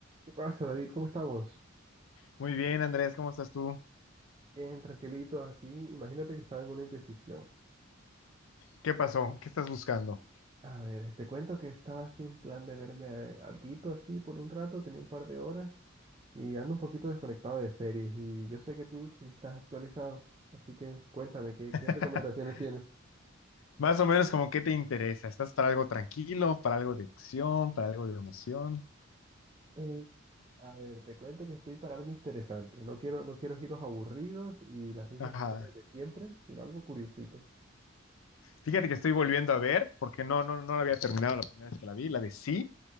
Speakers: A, on the right (about 25°); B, on the left (about 75°).
A: ¿Qué pasa, David? ¿Cómo estamos?
B: Muy bien, Andrés, ¿cómo estás tú?
A: Bien, tranquilito aquí. Imagínate que estaba en una indecisión.
B: ¿Qué pasó? ¿Qué estás buscando?
A: A ver, te cuento que estaba así en plan de verme eh, alguito así por un rato, tenía un par de horas y ando un poquito desconectado de series y yo sé que tú sí estás actualizado, así que cuéntame, ¿qué,
B: <laughs>
A: qué recomendaciones tienes?
B: Más o menos como qué te interesa. ¿Estás para algo tranquilo, para algo de acción, para algo de emoción?
A: Eh, a ver, te cuento que estoy para algo interesante. No quiero, no quiero giros aburridos y las mismas
B: Ajá.
A: historias de siempre, sino algo curiosito.
B: Fíjate que estoy volviendo a ver, porque no, no, no la había terminado la primera vez que la vi, la de Sí,